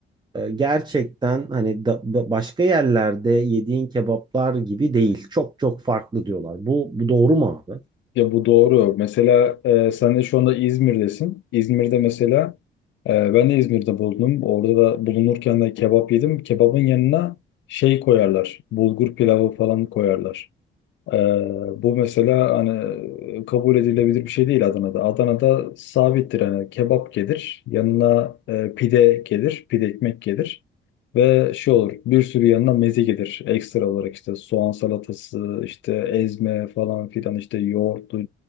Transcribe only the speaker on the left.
Ya bu doğru. Mesela e, sen de şu anda İzmir'desin. İzmir'de mesela e, ben de İzmir'de bulundum. Orada da bulunurken de kebap yedim. Kebabın yanına şey koyarlar. Bulgur pilavı falan koyarlar. Ee, bu mesela hani kabul edilebilir bir şey değil Adana'da. Adana'da sabittir hani kebap gelir, yanına e, pide gelir, pide ekmek gelir ve şey olur bir sürü yanına meze gelir. Ekstra olarak işte soğan salatası, işte ezme falan filan işte yoğurtlu